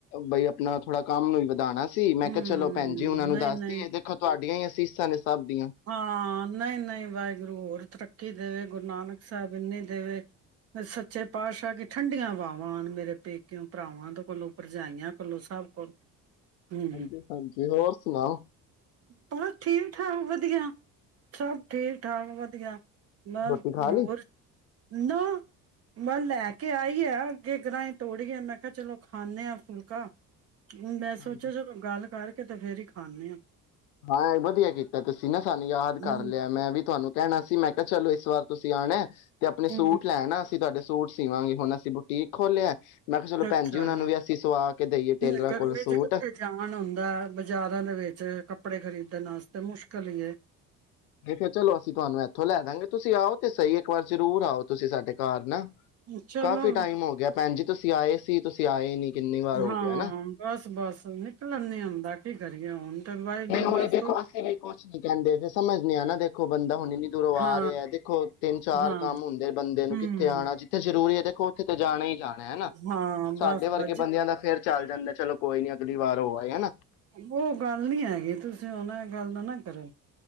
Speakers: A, on the left; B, on the right.
A: ਬਈ ਆਪਣਾ ਥੋੜਾ ਕੰਮ ਵਧਾਣਾ ਸੀ ਮੈਂ
B: ਹਮ
A: ਕਿਹਾ ਚਲੋ ਭੈਣ ਜੀ ਉਹਨਾਂ ਨੂੰ
B: ਨਹੀਂ
A: ਦੱਸਦੀਏ
B: ਨਹੀਂ
A: ਦੇਖੋ ਤੁਹਾਡੀਆਂ ਹੀ ਅਸ <inaudible> ਫੀਸਾਂ ਨੇ ਸਭ ਦੀਆਂ
B: ਹਾਂ ਨਹੀਂ-ਨਹੀਂ ਵਾਹਿਗੁਰੂ ਹੋਰ ਤਰੱਕੀ ਕੀ ਦੇਵੇ ਗੁਰੂ ਨਾਨਕ ਸਾਹਿਬ ਇੰਨੀ ਦੇਵੇ, ਸੱਚੇ ਪਾਤਸ਼ਾਹ ਦੀ ਠੰਡੀਆਂ ਵਾਹਵਾਂ ਆਣ ਮੇਰੇ ਪੇਕਿਓਂ ਭਰਾਵਾਂ ਦੇ ਕੋਲੋਂ ਭਰਜਾਈਆਂ ਕੋਲੋਂ ਸਭ ਕੋਲ ਹਮ
A: ਹਾਂਜੀ ਹਾਂਜੀ ਹੋਰ ਸੁਣਾਓ
B: ਬਸ ਠੀਕ ਠਾਕ ਵ ਵਧੀਆ, ਸਭ ਠੀਕ ਠਾਕ ਵਧੀਆ ਮੈਂ
A: ਰੋਟੀ ਖਾ ਲਈ
B: ਹੋਰ ਨਾ, ਮੈਂ ਲੈ ਕੇ ਆਈ ਆ ਅੱਗੇ ਗ੍ਰਾਂਹੀਂ ਤੋੜਏ ਮੈਂ ਕਿਹਾ ਚਲੋ ਖਾਂਦੇ ਆਫੁਲਕਾ ਹੁਣ ਮੈਂ ਸੋਚਿਆ
A: ਹਾਂਜੀ
B: ਚ ਗੱਲ ਕਰਕੇ ਤੇ ਫੇਰ ਹੀ ਖਦੇ ਹਾਂ।
A: ਹਾਂ, ਵਧੀਆ ਕੀਤੀ ਤਾਂ ਤੁਸੀਂ ਨਾ ਸਾਨੂੰ ਯਾਦ ਕਰ
B: ਹਮ
A: ਲਿਆ ਮੈਂ ਵੀ ਤੁਹਾਨੂੰ ਕਹਿਣਾ ਸੀ, ਮੈਂ ਕਿਹਾ ਚਲੋ ਇਸ ਵਾਰ ਤੁਸੀਂ ਆਉਣਾ ਤੇ ਆਪਣੇ ਸੂਟ
B: ਹਮ
A: ਲੈਣਾ ਅਸੀਂ ਤੁਹਾਡੇ ਸੂਟ ਸੀਿਵਾਂਗੇ ਹੁਣ ਅਸੀਂ ਬੁਟੀਕ ਖੋਲਿਆ। ਮੈਂ ਕਿਹਾ ਚਲੋ
B: ਅੱਛਾ
A: ਭੈਣ ਜੀ ਉਹਨਾਂ
B: ਹੂੰ
A: ਨੂੰ ਵੀ ਅਸੀਂ ਸਵਾ ਕੇ ਦੇਈਏ ਟੇਲਰਾਂ
B: ਗਰਮੀ
A: ਕੋਲ ਸੂਟ
B: ਚ ਕਿੱਥੇ ਜਾਣ ਹੁੰਦਾ ਬਾਜ਼ਾਰਾਂ ਦੇ ਵਿੱਚ ਕੱਪੜੇ ਖਰੀਦ ਦੇ ਨਾਸਤੇ ਮੁਸ਼ਕਿਲ ਹੀ
A: ਤੇ ਫਰ ਚਲੋ ਅਸੀਂ ਤੁਹਾਨੂੰ ਇੱਥੋਂ ਲੈ ਦਵਗੇ ਤੁਸੀਂ ਆਓ ਤੇ ਸਹੀ ਇੱਕ ਵਾਰ ਜਰੂਰ ਆਓ। ਤੁਸੀਂ ਸਾਡੇ ਘਰ ਨਾ
B: ਚਲੋ
A: ਕਾਫੀ ਟਾਈਮ ਹੋ ਗਿਆ ਭੈਣ ਜ ਤੁਸੀਂ ਆਏ ਸੀ। ਤੁਸੀਂ ਆਏ ਨੀ ਕਿੰਨੀ ਵਾਰ
B: ਹਾਂ,
A: ਹੋ ਗਿਆ ਨਾ
B: ਬੱਸ ਬੱਸ ਨਿਕਲਣ ਨੀ ਆਉਂਦਾ ਕੀ ਕਰੀਏ ਹੁਣ ਤੇ ਵਾਹਿਗੁਰੂ
A: ਨਹੀਂ, ਉਹੀ
B: ਬਸ
A: ਦੇਖੋ ਅਸੀਂ ਵੀ ਕੁਛ ਨੀ ਕਹਿੰਦੇ ਸਮਝ ਨਿਕਲਦਾ ਨਹੀਂ ਹੁੰਦਾ, ਕੀ ਕਰੀਏ ਹੁਣ? ਹੁਣ ਇੰਨੀ ਦੂਰੋਂ ਆ
B: ਹਾਂ
A: ਰਹੇ ਹੈ ਦੇਖੋ ਤਿੰਨ ਚਾਰ
B: ਹਾਂ
A: ਕੰਮ ਹੁੰਦੇ ਬੰਦੇ ਨੂੰ
B: ਹਮ
A: ਕਿੱਥੇ ਆਉਣਾ ਜਿੱਥੇ ਜ਼ਰੂਰੀ ਹੈ ਉੱਥੇ ਤਾਂ ਜਾਣੇ ਜਾਣਾ ਹਨਾ
B: ਹਾਂ
A: ਸਾਡੇ
B: ਬਸ
A: ਵਰਗੇ
B: ਬਸ
A: ਬੰਦਿਆਂ ਦਾ ਫੇਰ ਚੱਲ ਜਾਂਦਾ ਚਲੋ ਕੋਈ ਨੀ ਅਗਲੀ ਵਾਰ ਹੋ ਆਏ ਹੈ ਨਾ
B: ਉਹ ਗੱਲ ਨੀ ਹੈਗੀ ਤੁਸੀਂ ਉਹਨਾਂ ਨਾਲ ਗੱਲ ਨਾ ਨਾ ਕਰਿਓ